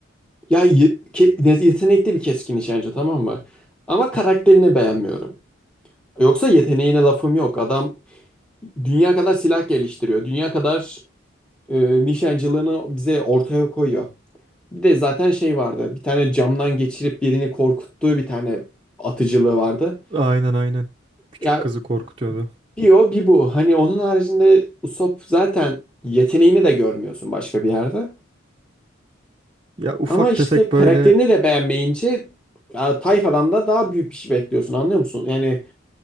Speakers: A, in the centre; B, on the right.
A: Ya ye- ke- ne- yetenekli bir keskin nişancı tamam mı? Ama karakterini beğenmiyorum. Yoksa yeteneğine lafım yok. Adam Dünya kadar silah geliştiriyor. Dünya kadar e, nişancılığını bize ortaya koyuyor. Bir de zaten şey vardı. Bir tane camdan geçirip birini korkuttuğu bir tane atıcılığı vardı.
B: Aynen aynen. Küçük
A: Ya
B: kızı korkutuyordu.
A: bir o bir bu. Hani onun haricinde Usopp zaten yeteneğini de görmüyorsun başka bir yerde.
B: Ya ufak
A: Ama işte
B: tefek
A: karakterini
B: böyle.
A: de beğenmeyince ya, tayfadan da daha büyük bir şey bekliyorsun anlıyor musun? Yani